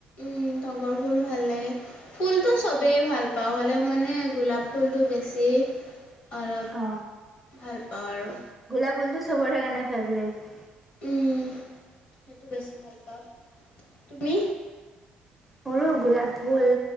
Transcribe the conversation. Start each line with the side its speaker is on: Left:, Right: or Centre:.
Left: উম তগৰ ফুল ভাল লাগে। ফুলটো চবেই ভাল পাওঁ হ'লে মানে গোলাপ ফুলতটো বেছি। অলপ
Centre: অ
Left: ভাল পাওঁ আৰু।
Centre: গোলাপ ফুলটো চবৰে কাৰণে ফেভৰেট।
Left: উম সেইটো বেছি ভাল পাওঁ তুমি।
Centre: সৰু গোলাপ ফুল